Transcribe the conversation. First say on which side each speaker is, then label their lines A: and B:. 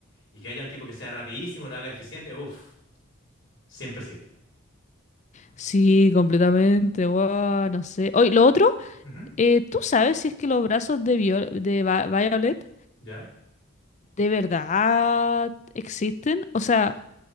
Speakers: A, on the left; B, on the left.
A: Y que haya un tipo que sea rapidísimo, lo haga eficiente, uff, siempre sirve.
B: Sí, completamente, guau, no sé. Oye, lo otro,
A: Ujú,
B: eh, ¿tú sabes si es que los brazos de, Viol- de Va- Violet
A: ¿Ya?
B: de verdad existen? O sea,